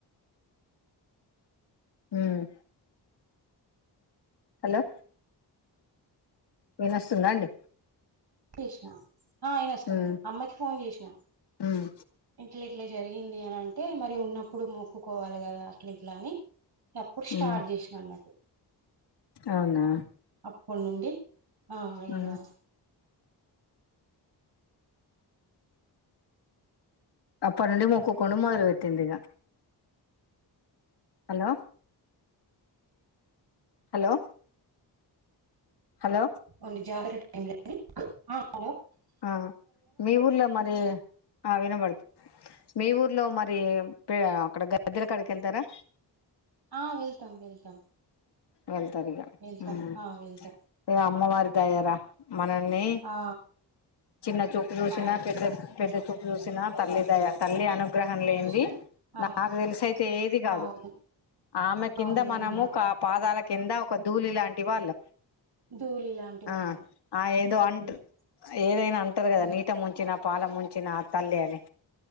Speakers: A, on the left (about 65°); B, on the right (about 60°).
A: హ్మ్ హలో వినస్తుందా అండి
B: తీసినా ఆ ఇనోస్తుంది
A: ఉమ్
B: అమ్మకి ఫోన్ చేసిన
A: ఉమ్
B: ఇట్ల్ ఇట్లే జరిగింది అని అంటే మరి ఉన్న ప్పుడు మొక్కుకోవాలి కదా అట్ల ఇట్లా అని అప్పుడు స్టార్ట్
A: ఉమ్
B: చేసిన అన్నట్టు
A: అవునా
B: ఆ ప్పుడు నుండి ఆ ఇగా
A: ఉమ్ అప్పటి నుండి మొక్కుకునుడు మొదలు వెట్టిన్రూ ఇంగ హలో హలో హలో
B: ఓళ్ళు జారట్ <unintelligible>
A: ఆ మీ ఊర్లో మరి ఆ వినబడుతున్ మీ ఊర్లో మర్ రి పే అక్కడ గ భద్రకాళి కెళ్తారా
B: ఆహ్ వెళ్తాం వెళ్తాం
A: వెళ్తారు ఇగ
B: వెళ్తాం
A: ఉమ్
B: ఆ వెళ్తాం
A: ఇగ అమ్మవారి దయరా మనల్ని
B: ఆ
A: చిన్న చూపు చూసిన
B: అవును
A: పెద్దది పెద్దది చూపు చూసిన తల్లి దయ తల్లి అనుగ్రహం లేంది
B: కృష్ణ ఆ
A: నాకు తెలిసైతే ఏది కాదు
B: అవును
A: ఆమె కింద
B: అవును
A: మనము
B: ఏది కాదు
A: కాప్ పాదాల కింద ఒక ధూళి లాంటి వాళ్ళం
B: ధూళి లాంటి వాళ్ళం
A: ఆ ఆ ఏదో అంటర్
B: ఉమ్.
A: ఏదైనా అంటరు కదా నీట ముంచినా పాల ముంచినా తల్లి అని